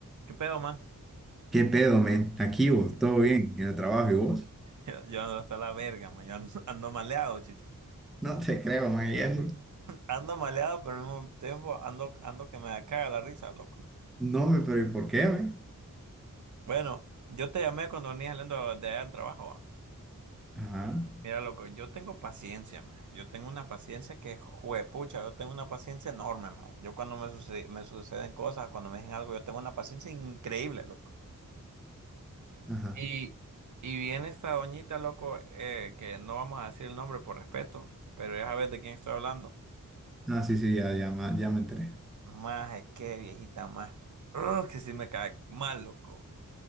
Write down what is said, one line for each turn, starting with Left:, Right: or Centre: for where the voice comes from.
Right: ¿Qué pedo, man? <laughs>
Centre: ¿Qué pedo, men? Aquí vos, todo bien, en el trabajo y vos.
Right: Yo, yo ando hasta la verga, man. Yo ando, <laughs> ando maleado, chucho.
Centre: No te creo, man, y eso.
Right: Ando maleado, pero al mismo tiempo ando, ando que me caga la risa, loco.
Centre: No, me, pero ¿y por qué, men?
Right: Bueno, yo te llamé cuando venía saliendo de allá al trabajo, va.
Centre: Ajá,
Right: Mira, loco, yo tengo paciencia, man. Yo tengo una paciencia que, juepucha, yo tengo una paciencia enorme, man. Yo cuando me, suce- me suceden cosas, cuando me dicen algo, yo tengo una paciencia increíble, loco.
Centre: ajá.
Right: Y, y viene esta doñita, loco, eh, que no vamos a decir el nombre por respeto, pero ya sabes de quién estoy hablando.
Centre: Ah, sí, sí, ya, ya, ma- ya me enteré.
Right: Más es que viejita, más. Ugh, que sí me cae mal, loco.